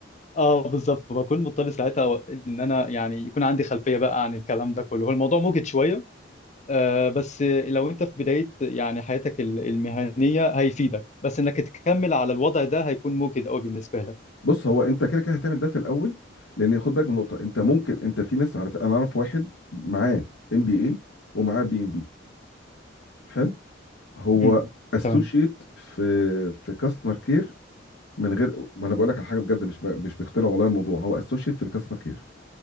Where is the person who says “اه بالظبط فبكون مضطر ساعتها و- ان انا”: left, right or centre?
Left